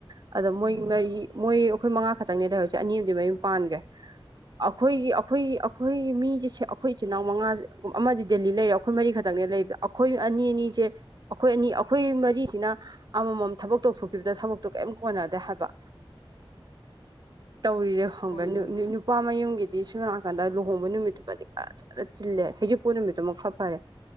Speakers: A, on the right; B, on the left.
A: ꯑꯗꯣ
B: ꯎꯝ
A: ꯃꯣꯏ ꯃꯔꯤ ꯃꯣꯏ ꯑꯩꯈꯣꯏ ꯃꯉꯥ ꯈꯛꯇꯪꯅꯦ ꯂꯩꯍꯧꯔꯤꯁꯦ ꯑꯅꯤ ꯑꯃꯗꯤꯝ ꯃꯌꯨꯝ ꯄꯥꯟꯈ꯭ꯔꯦ ꯑꯩꯈꯣꯏꯒꯤ ꯑꯩꯈꯣꯏꯒꯤ ꯑꯩꯈꯣꯏꯒꯤ ꯃꯤꯁꯦ ꯑꯩꯈꯣꯏ ꯏꯆꯤꯜ ꯏꯅꯥꯎ ꯃꯉꯥ ꯑꯃꯗꯤ ꯗꯦꯜꯂꯤ ꯂꯩꯔꯦ ꯑꯩꯈꯣꯏ ꯃꯔꯤ ꯈꯛꯇꯪꯅꯦ ꯂꯩꯕꯗꯥ ꯑꯩꯈꯣꯏ ꯑꯅꯤ ꯑꯅꯤꯁꯦ ꯑꯩꯈꯣꯏ ꯑꯅꯤ ꯑꯩꯈꯣꯏ ꯃꯔꯤꯁꯤꯅ ꯑꯃꯃꯝ ꯊꯕꯛ ꯇꯧꯊꯣꯛꯄꯤꯕꯗ ꯊꯕꯛꯇꯣ ꯀꯔꯤꯝ ꯀꯣꯟꯅꯗꯦ ꯍꯥꯏꯕ
B: <unintelligible>
A: ꯇꯧꯔꯤꯁꯦ ꯈꯪꯕ꯭ꯔꯥ
B: ꯍꯣꯏ ꯑꯗꯨꯕꯨꯗꯤ
A: ꯅꯨꯄꯥ ꯃꯌꯨꯝꯒꯤꯗꯤ ꯁꯝꯅ ꯍꯥꯏꯔꯀꯥꯟꯗ ꯂꯨꯍꯣꯡꯕ ꯅꯨꯃꯤꯠꯇꯨꯃꯗꯤ ꯐꯖꯅ ꯆꯤꯜꯂꯦ ꯍꯩꯖꯤꯛꯄꯨ ꯅꯨꯃꯤꯠꯇꯨ ꯑꯗꯨꯃꯛ ꯐ ꯐꯔꯦ